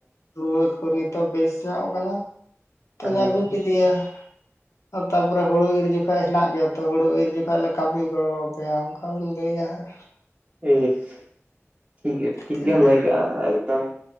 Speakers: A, on the left; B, on the right.
A: ᱨᱩᱣᱟᱹ ᱠᱚ ᱱᱤᱛᱚᱜ ᱵᱮᱥ ᱧᱚᱜ ᱠᱟᱱᱟ ᱛᱚᱧ
B: ᱦᱳᱭ
A: ᱟᱹᱜᱩ ᱠᱮᱫᱮᱭᱟ᱾ ᱟᱨ ᱛᱟᱨ ᱯᱚᱨᱮ ᱦᱩᱲᱩ ᱤᱨ ᱦᱤᱡᱩᱜᱼᱼ ᱡᱚᱠᱷᱚᱱ ᱦᱮᱱᱟᱜ ᱜᱮᱭᱟ ᱛᱚ ᱦᱩᱲᱩ ᱤᱨ ᱡᱚᱠᱷᱟᱡ ᱞᱮ ᱠᱟᱹᱢᱤ ᱜᱚᱲᱚ ᱟᱯᱮᱭᱟ ᱚᱱᱠᱟ ᱵᱤᱱ ᱞᱟᱹᱭᱟ ᱦᱟᱸᱜ
B: ᱤᱥ ᱴᱷᱤᱠ ᱴᱷᱤᱠ
A: ᱪᱮᱫᱟᱜ
B: ᱜᱮᱢ ᱞᱟᱹᱭ ᱠᱟᱜᱼᱟ ᱮᱠᱫᱚᱢ